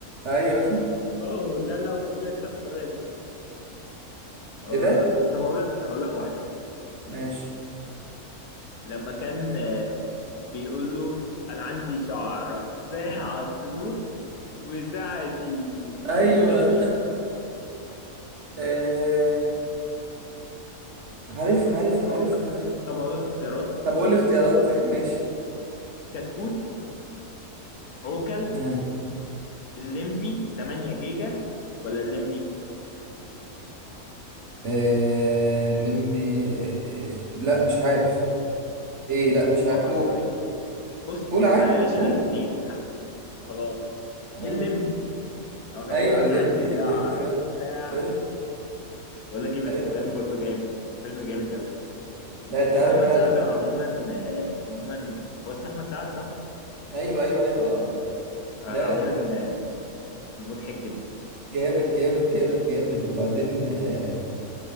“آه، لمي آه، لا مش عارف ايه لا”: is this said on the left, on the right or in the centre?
Right